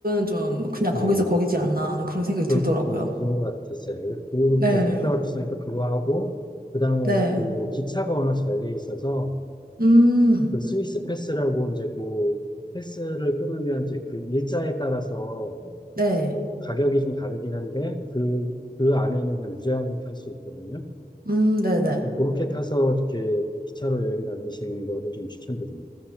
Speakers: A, on the right (about 65°); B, on the left (about 25°).
A: 좀 그냥
B: 예.
A: 거기서 거기지 않나 하는 그런 생각이
B: 그,
A: 들더라고요.
B: 그, 그런 것 같았어요. 그리고
A: 네,
B: 그 이제 물가가 비니까 그거 하고, 그 다음에
A: 네,
B: 그 기차가 워낙 잘 돼 있어서,
A: 음,
B: 그 스위스 패스라고 이제 그 패스를 끊으면 이제 그 일자에 따라서
A: 네,
B: 가격이 좀 다르긴 한데, 그, 그 안에는 그냥 무제한으로 탈 수 있거든요.
A: 음, 네네.
B: 네, 그렇게 타서 이렇게 기차로 여행 다니시는 거를 좀 추천드립니다.